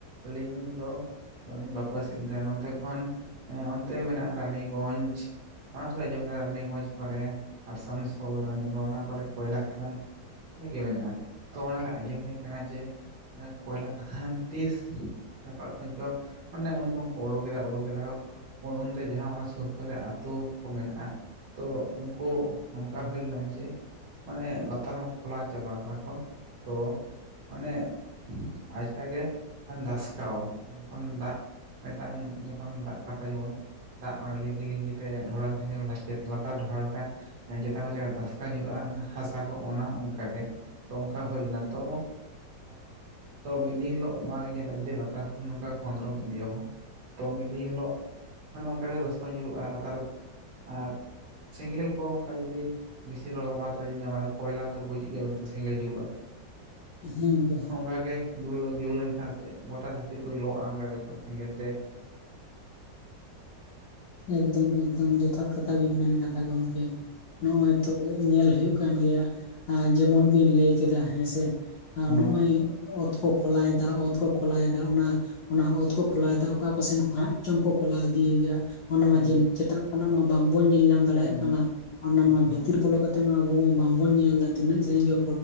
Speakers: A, on the right (about 80°); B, on the left (about 65°).
A: ᱟᱹᱞᱤᱧ ᱫᱚ ᱛᱚᱞᱤᱧ ᱵᱟᱠᱚ ᱮᱥᱮᱫ ᱫᱟ ᱱᱚᱛᱮ ᱠᱷᱚᱱ ᱚᱸ ᱚᱱᱛᱮ ᱢᱮᱱᱟᱜᱼᱟ᱾ ᱨᱟᱱᱤᱜᱚᱸᱡᱽ ᱚᱱᱟ ᱠᱚᱜᱤᱧ ᱟᱸᱡᱚᱢ ᱠᱟᱫᱟ᱾ ᱨᱟᱱᱤᱜᱚᱡᱽ ᱠᱚᱨᱮ ᱟᱲᱥᱟᱱᱥᱳᱞ ᱨᱟᱱᱤᱜᱚᱡᱽ ᱚᱱᱟ ᱠᱚᱨᱮ ᱠᱚᱭᱞᱟ ᱠᱷᱟᱫᱟᱱ ᱠᱷᱚᱱᱤ ᱜᱮ ᱢᱮᱱᱟᱜᱼᱟ᱾ ᱛᱚ ᱚᱱᱟᱞᱮ ᱟᱸᱡᱚᱢ ᱦᱩᱭ ᱠᱟᱱᱟ ᱡᱮ ᱚᱱᱟ ᱠᱚᱭᱞᱟ ᱠᱷᱫᱟᱱ ᱛᱤᱥ ᱫᱷᱟᱯᱟᱜ ᱠᱷᱚᱱ ᱪᱚ, ᱚᱱᱮ ᱩᱱᱠᱩ ᱦᱚᱸᱠᱚ ᱳᱰᱳᱠᱫᱟ ᱳᱰᱳᱠᱫᱟ ᱠᱚ ᱩᱱᱚᱱᱛᱮ ᱡᱟᱦᱟᱸ ᱚᱱᱟ ᱥᱩᱨ ᱠᱚᱨᱮ ᱟᱹᱛᱩ ᱠᱚ ᱢᱮᱱᱟᱜᱼᱟ᱾ ᱛᱚ ᱩᱱᱠᱩ ᱱᱚᱝᱠᱟ ᱦᱩᱭ ᱞᱮᱱᱟ ᱡᱮ ᱢᱟᱱᱮ ᱞᱟᱛᱟᱨ ᱢᱟ ᱠᱷᱚᱞᱟᱣ ᱪᱟᱵᱟ ᱠᱟᱫᱟ ᱠᱚ ᱛᱚ ᱢᱟᱱᱮᱼᱼᱼ ᱟᱪᱠᱟ ᱜᱮ ᱫᱷᱟᱥᱠᱟᱣ ᱢᱟᱱᱮ ᱡᱚᱠᱷᱚᱱ ᱫᱟᱜ ᱢᱤᱫᱴᱟᱝ ᱡᱚᱠᱷᱚᱱ ᱫᱟᱜ ᱠᱟᱛᱷᱟ ᱡᱮᱢᱚᱱ ᱫᱟᱜ ᱚᱲᱮ ᱞᱤᱸᱜᱤ - ᱞᱤᱸᱜᱤ ᱛᱮ ᱰᱷᱚᱲᱟ ᱞᱮᱱᱠᱷᱟᱱ ᱡᱮᱢᱱ ᱫᱮᱜ ᱞᱟᱛᱟᱨ ᱰᱷᱚᱲᱟ ᱞᱮᱱᱠᱷᱟᱱ <unintelligible> ᱫᱷᱟᱸᱥᱠᱟᱣ ᱧᱩᱨᱩᱜᱼᱟ ᱦᱟᱥᱟ ᱠᱚ᱾ ᱚᱱᱟ ᱦᱚᱸ ᱚᱱᱠᱟᱜᱮ ᱛᱚ ᱚᱱᱠᱟ ᱦᱩᱭ ᱞᱮᱱᱟ ᱛᱚ ᱟᱨ ᱛᱚ ᱢᱤᱫ ᱫᱤᱱ ᱦᱤᱞᱳᱜ ᱱᱚᱭᱟᱜᱮ ᱧᱮᱞᱚᱜᱼᱟ ᱾ᱡᱩᱫᱤ ᱞᱟᱛᱟᱨ ᱠᱷᱚᱱ ᱱᱚᱝᱠᱟ ᱠᱷᱚᱸᱫᱽᱨᱚᱱ ᱤᱫᱤᱭᱟᱵᱚ ᱛᱚ ᱢᱤᱫ ᱫᱤᱱ ᱦᱤᱞᱳᱜ ᱢᱟᱱᱮ ᱚᱱᱠᱟᱜᱮ ᱫᱷᱟᱥᱠᱟᱣ ᱧᱩᱨᱦᱩᱜᱼᱟ ᱞᱟᱛᱟᱨᱮ ᱟᱨ ᱥᱮᱸᱜᱮᱞ ᱠᱚ ᱚᱱᱠᱟ ᱡᱩᱫᱤ ᱵᱮᱥᱤ ᱞᱚᱞᱚ ᱵᱟᱛᱨᱮ ᱡᱩᱫᱤ ᱧᱟᱢᱟᱭ ᱠᱚᱭᱞᱟ ᱛᱚ ᱵᱩᱡᱽ ᱜᱮᱭᱟᱵᱤᱱ ᱛᱚ ᱥᱮᱸᱜᱮᱞ ᱡᱩᱞᱩᱜᱼᱟ ᱾
B: ᱦᱩᱸ ᱜᱚᱢᱠᱮ ᱦᱩᱸ,
A: ᱚᱱᱠᱟᱜᱮ ᱡᱩᱞ ᱡᱩᱞ ᱞᱮᱱᱠᱷᱟᱱ ᱟᱫᱚ ᱪᱮᱜ ᱜᱚᱴᱟ ᱫᱷᱟᱹᱨᱛᱤ ᱯᱩᱨᱤ ᱞᱚᱜᱼᱟ ᱚᱱᱠᱟᱜᱮ ᱥᱮᱸᱜᱮᱞ ᱛᱮ᱾
B: ᱮᱠᱫᱚᱢ ᱮᱠᱫᱚᱢ ᱡᱚᱛᱷᱟᱛ ᱠᱟᱛᱷᱟ ᱵᱤᱱ ᱢᱮᱱ ᱠᱟᱫᱟ ᱜᱚᱢᱠᱮ, ᱱᱚᱜ-ᱚᱭ ᱛᱚᱵᱮ ᱧᱮᱞ ᱦᱳᱭᱜ ᱠᱟᱱ ᱜᱮᱭᱟ ᱟᱨ ᱡᱮᱢᱚᱱ ᱵᱤᱱ ᱞᱟᱹᱭ ᱠᱮᱫᱟ ᱦᱮᱸᱥᱮ ᱟᱨ
A: ᱦᱮᱸ
B: ᱱᱚᱜᱼᱚᱭ ᱚᱛ ᱠᱚ ᱠᱷᱚᱞᱟᱭᱮᱫᱟ ᱚᱛ ᱠᱚ ᱠᱷᱚᱞᱟᱭᱮᱫᱟ ᱚᱱᱟ ᱚᱱᱟ ᱦᱚᱸ ᱚᱛ ᱠᱚ ᱠᱷᱚᱞᱟᱣᱮᱫᱟ ᱚᱠᱟ ᱠᱚᱥᱮᱱ ᱠᱷᱚᱱᱟᱜ ᱪᱚᱝ ᱠᱚ ᱠᱷᱚᱞᱟᱣ ᱤᱫᱤᱭᱮᱫᱟ ᱚᱱᱟ
A: ᱦᱮᱸ
B: ᱢᱟ ᱡᱮ ᱪᱮᱛᱟᱱ ᱠᱷᱚᱱᱟᱜ ᱢᱟ ᱵᱟᱝ ᱵᱚᱱ ᱧᱮᱞ ᱧᱟᱢ ᱫᱟᱲᱮᱭᱟᱜ
A: ᱦᱮᱸ
B: ᱠᱟᱱᱟ ᱚᱱᱟ
A: ᱦᱮᱸ
B: ᱢᱟ
A: ᱛᱚ
B: ᱵᱷᱤᱛᱤᱨ ᱵᱚᱞᱚ ᱠᱟᱛᱮ ᱛᱮᱢᱟ ᱟᱵᱚ ᱢᱟ ᱵᱟᱝᱵᱚᱱ ᱧᱮᱞ ᱮᱫᱟ ᱛᱤᱱᱟᱹᱜ ᱥᱟᱺᱜᱤᱧ ᱠᱚ